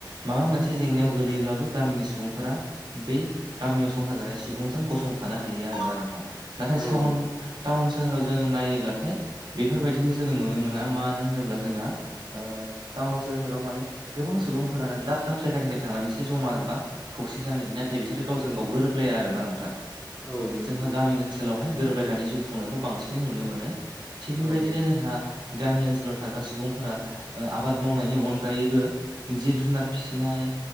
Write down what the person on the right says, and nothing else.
माबा मोनसे जेंनायाव गोगलैयोब्लाबो गामिनि सुबुंफोरा बे गामियाव संसार जानाय सुबुंजों गसंथानो हायो आरो ना नोंथां नाथाय
साउन
टाउन सोहोराव जोङो नायोब्लाथाय बेफोरबायदिखौ जोङो नुनो मो ना मानो होनोब्ला जोंहा ओ टाउन सोहोराव माने गोबां सुबुंफोरानो दाब दाब जायगानिफ्राय थांनानैसो जमा बा खौसे जाहैयो नाथाय बिसोरो गावजों गाव गोरोबलाया आरोना नोंथां
जोंहा गामि ओनसोलावहाय गोरोबलायनानै जिउ खुंनायखौ बांसिनै नुनो मोनो थिग बेबायदिनो
जोंहा गामि ओनसोलाव थाग्रा सुबुंफोरा ओ आबाद मावनायनि अनगायैबो जिब जुनार फिसिनाय